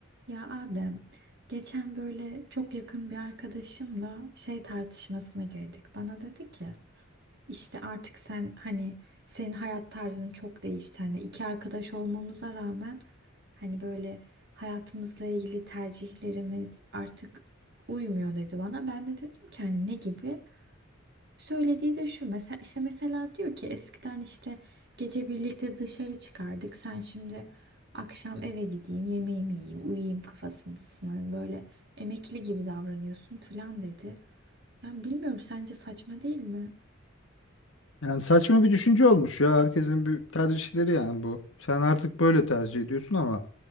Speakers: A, on the right; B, on the left.
A: Ya Adem, geçen böyle çok yakın bir arkadaşımla şey tartışmasına girdik. Bana dedi ki, işte artık sen hani senin hayat tarzın çok değişti. Hani iki arkadaş olmamıza rağmen hani böyle hayatımızla ilgili tercihlerimiz artık uymuyor dedi bana. Ben de dedim ki hani ne gibi? Söylediği de şu mesela işte mesela diyor ki eskiden işte gece birlikte dışarı çıkardık. Sen şimdi akşam eve gideyim, yemeğimi yiyeyim, uyuyayım kafasındasın. Hani böyle emekli gibi davranıyorsun falan dedi. Yani bilmiyorum sence saçma değil mi?
B: Yani saçma bir düşünce olmuş ya. Herkesin bir tercihleri yani bu. Sen artık böyle tercih ediyorsun ama